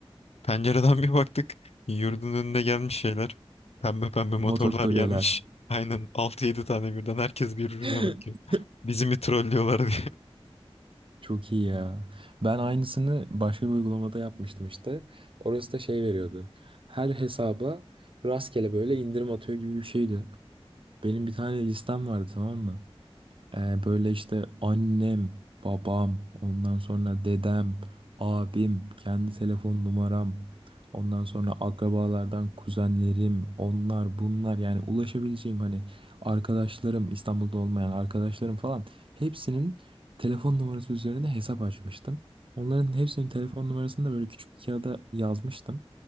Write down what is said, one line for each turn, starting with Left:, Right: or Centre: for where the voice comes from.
Left: pencereden <laughs> bir baktık. Yurdun önüne gelmiş şeyler. Pembe pembe motorlar
Right: Motokuryeler.
Left: gelmiş. <laughs> Aynen altı yedi tane birden herkes birbirine
Right: <laughs>
Left: bakıyor. Bizi mi trollüyorlar diye. <laughs>
Right: Çok iyi ya. Ben aynısını başka bir uygulamada yapmıştım işte. Orası da şey veriyordu. Her hesaba rastgele böyle indirim atıyor gibi bir şeydi. Benim bir tane listem vardı tamam mı? Ee, böyle işte annem, babam, ondan sonra dedem, abim, kendi telefon numaram, ondan sonra akrabalardan kuzenlerim, onlar bunlar yani ulaşabileceğim hani arkadaşlarım, İstanbul'da olmayan arkadaşlarım falan hepsinin telefon numarası üzerine hesap açmıştım. Onların hepsinin telefon numarasını da böyle küçük bir kağıda yazmıştım.